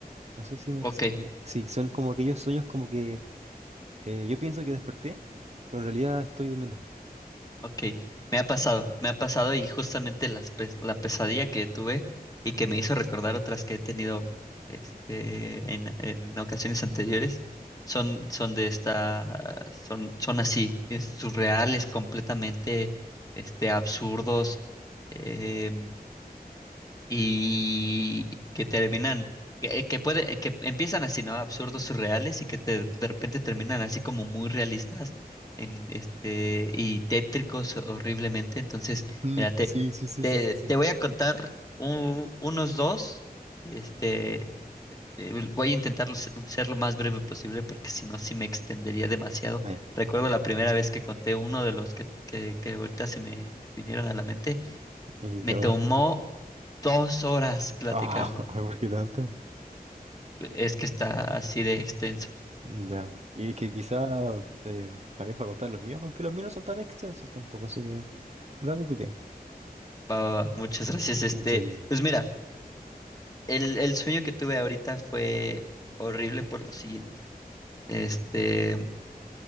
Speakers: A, on the right; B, on the left.
A: No sé si me
B: Ok,
A: explico. Sí, son como aquellos sueños como que eh, yo pienso que desperté, pero en realidad estoy durmiendo.
B: Ok, me ha pasado, me ha pasado y justamente las pes- la pesadilla que tuve y que me hizo recordar otras que he tenido este, en, en ocasiones anteriores son, son de esta, son, son así, es surreales, completamente este, absurdos. em, y que terminan, que, que puede, que empiezan así, ¿no? Absurdos, surreales y que te- de repente terminan así como muy realistas en este y tétricos horriblemente. Entonces,
A: Mm,
B: mira, te,
A: sí, sí, sí,
B: te,
A: sí, sí, sí.
B: te voy a contar u- unos dos, este, eh, voy a intentar ser lo más breve posible porque si no, sí me extendería demasiado.
A: Vaya,
B: Recuerdo la primera vez que conté uno de los que, que, que ahorita se me vinieron a la mente,
A: y
B: me
A: te vas-
B: tomó
A: <laughs>
B: dos horas platicarlo.
A: Ah, ay, ¿por qué tanto?
B: Es que está así de extenso.
A: Ya. Y que quizá eh, también para contar los míos, aunque los míos no son tan extensos tampoco, así que date tu tiempo.
B: Va, va, va. Muchas gracias. Este,
A: Sí, sí, sí.
B: pues mira, el, el sueño que tuve ahorita fue horrible por lo siguiente. Este,